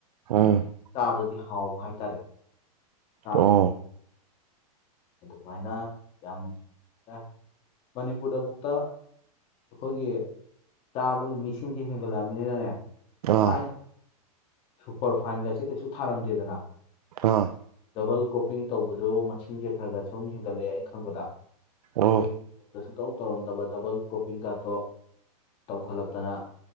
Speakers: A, on the right; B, on the left.
A: ꯑꯝ
B: ꯆꯥꯕꯗꯗꯤ ꯍꯥꯎꯕ ꯍꯥꯏꯇꯥꯔꯦꯥꯕꯗꯗꯤ
A: ꯑꯣ
B: ꯑꯗꯨꯃꯥꯏꯅ ꯌꯥꯝ ꯑꯦ ꯃꯅꯤꯄꯨꯔꯗꯕꯨꯨꯛꯇ ꯑꯩꯈꯣꯏꯒꯤ ꯆꯥꯕꯒꯤ ꯃꯤꯁꯤꯡꯁꯤꯦ ꯍꯦꯟꯒꯠꯂꯛꯑꯕꯅꯤꯅꯅꯦ
A: ꯑꯥ
B: ꯊꯥꯏꯅ ꯁꯨꯄꯔ ꯐꯥꯏꯟꯒꯁꯤꯦ ꯀꯩꯁꯨ ꯊꯥꯔꯝꯗꯦꯗꯅ
A: ꯑꯥ
B: ꯗꯕꯜ ꯀ꯭ꯔꯣꯞꯄꯤꯡ ꯇꯧꯕꯁꯨ ꯃꯁꯤꯡꯁꯦ ꯈꯔ ꯈꯔ ꯁꯨꯝ ꯍꯦꯟꯒꯠꯂꯛꯑꯦ ꯑꯩꯅ ꯈꯪꯕꯗ
A: ꯑꯣ
B: ꯑꯩꯈꯣꯏꯒꯤ ꯁꯨꯡꯇꯧ ꯇꯧꯔꯝꯗꯕ ꯗꯕꯜ ꯀꯣꯄꯤꯡꯒꯥꯇꯣ ꯇꯧꯈꯠꯂꯛꯇꯅ